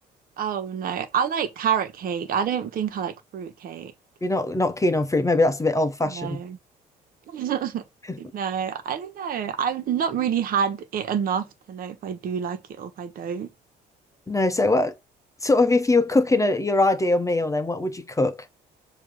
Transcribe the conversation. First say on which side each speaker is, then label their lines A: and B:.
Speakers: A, on the right (about 55°); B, on the left (about 20°).
A: Oh no. I like carrot cake. I don't think I like fruit cake.
B: you're not not keen on fruit, maybe that's a bit old fashioned.
A: No. <laughs>
B: <laughs>
A: No, I don't know. I've not really had it enough to know if I do like it or if I don't.
B: No, so what sort of if you were cooking a, your ideal meal, then what would you cook?